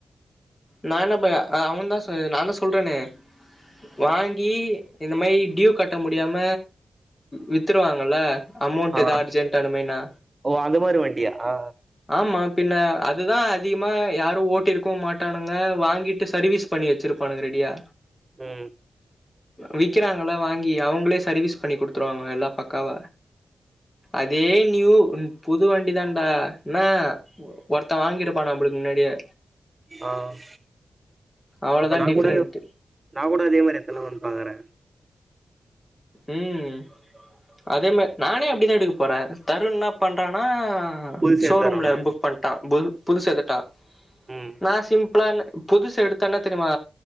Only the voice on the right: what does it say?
ஆ
ஓ அந்த மாரி வண்டியா ஆ ஆ
உஹம்
ஆஹ்
அப்ப நா
கூட நா கூட அதே மாரி எத்தலாமா பாக்குறே
புதுசு
எத்தரலாமா
ம்